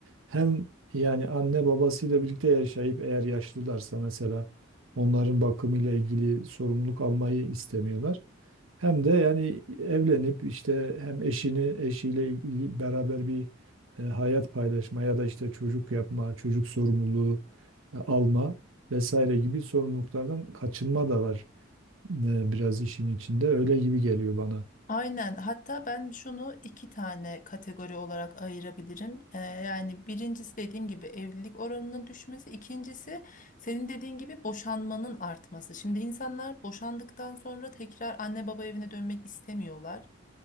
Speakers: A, on the right; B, on the left.
A: Hem yani anne babasıyla birlikte yaşayıp eğer yaşlılarsa mesela onların bakımıyla ilgili sorumluluk almayı istemiyorlar. Hem de yani evlenip işte hem eşini eşiyle ilgili beraber bir e, hayat paylaşma ya da işte çocuk yapma, çocuk sorumluluğu e, alma vesaire gibi sorumluluklardan kaçınma da var e, biraz işin içinde öyle gibi geliyor bana.
B: Aynen. Hatta ben şunu iki tane kategori olarak ayırabilirim. Ee, yani birincisi dediğim gibi evlilik oranının düşmesi, ikincisi senin dediğin gibi boşanmanın artması. Şimdi insanlar boşandıktan sonra tekrar anne baba evine dönmek istemiyorlar.